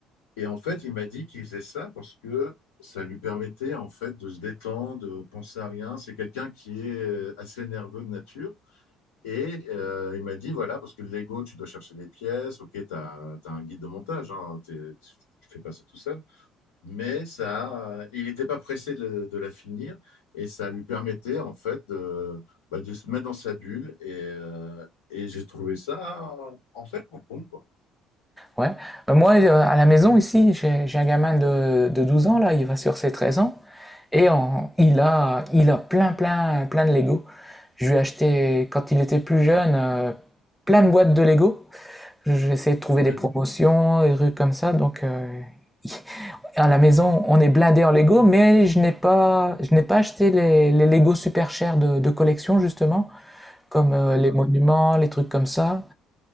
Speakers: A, on the left; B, in the centre.
A: Et en fait, il m'a dit qu'il faisait ça parce que ça lui permettait, en fait, de se détendre, de penser à rien. C'est quelqu'un qui est euh, assez nerveux de nature. Et euh, il m'a dit, voilà, parce que le Lego, tu dois chercher des pièces. OK, tu as, un guide de montage. Hein, t'es- tu tu fais pas ça tout seul mais ça, il n'était pas pressé de, de la finir et ça lui permettait en fait de, bah, de se mettre dans sa bulle et, euh, et j'ai trouvé ça euh, en fait pas con quoi.
B: Ouais. Euh, moi, euh, à la maison, ici, j'ai j'ai un gamin de, de 12 ans, là, il va sur ses 13 ans, et en- il a, il a plein, plein, plein de Lego. Je lui ai acheté, quand il était plus jeune, euh, plein de boîtes de Lego. Je- J'ai essayé de trouver
A: Ouais,
B: des promotions, des trucs comme ça, donc euh, <laughs> à la maison, on est blindé en Lego, mais je n'ai pas, je n'ai pas acheté les, les Lego super chers de, de collection, justement, comme euh,
A: d'accord.
B: les monuments, les trucs comme ça.